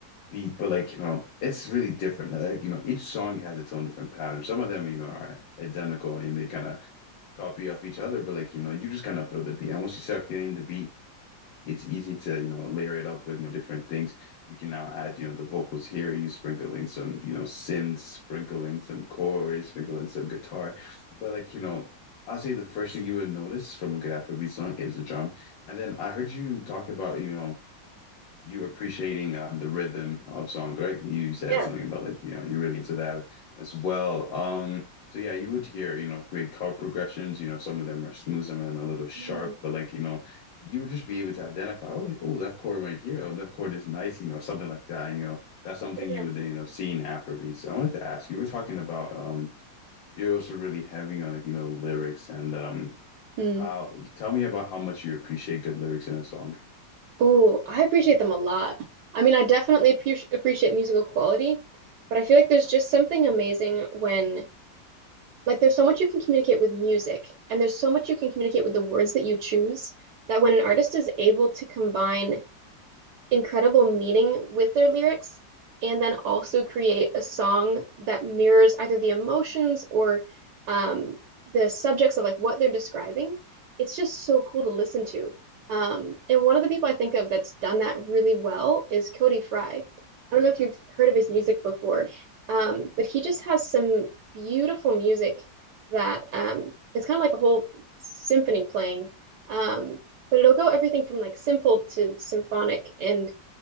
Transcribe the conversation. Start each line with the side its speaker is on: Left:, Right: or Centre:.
Left: beat, but like, you know, it's really different. Like, you know, each song has its own different pattern. Some of them, you know, are identical and they kind of copy of each other, but like, you know, you just kind of feel the beat. And once you start feeling the beat, it's easy to, you know, layer it up with, you know, different things. You can now add, you know, the vocals here, you sprinkling some, you know, synths, sprinkling some chords, sprinkling some guitar. But like, you know, I'll say the first thing you would notice from a good Afrobeat song is the drum. And then I heard you talk about, you know, you appreciating um, the rhythm of songs, right? You said
Right: Yeah.
Left: something about like, you know, you're really into that as well. Um, so yeah, you would hear, you know, great chord progressions. You know, some of them are smooth, some of them are a little sharp,
Right: Mm,
Left: but like, you know, you would just be able to identify, oh, like, oh, that chord right here, oh, that chord is nice, you know, something like that. And, you know, that's something
Right: yeah.
Left: you would, you know, see in Afrobeats. So I wanted to ask, you were talking about, um, you're also really heavy on like, you know, lyrics and, um,
Right: Mm.
Left: how, tell me about how much you appreciate good lyrics in a song.
Right: Oh, I appreciate them a lot. I mean, I definitely appre appreciate musical quality, but I feel like there's just something amazing when, like, there's so much you can communicate with music, and there's so much you can communicate with the words that you choose, that when an artist is able to combine incredible meaning with their lyrics and then also create a song that mirrors either the emotions or um, the subjects of like what they're describing. It's just so cool to listen to. Um, and one of the people I think of that's done that really well is Cody Fry. I don't know if you've heard of his music before, um, but he just has some beautiful music that um, it's kind of like a whole symphony playing. Um, but it'll go everything from like simple to symphonic and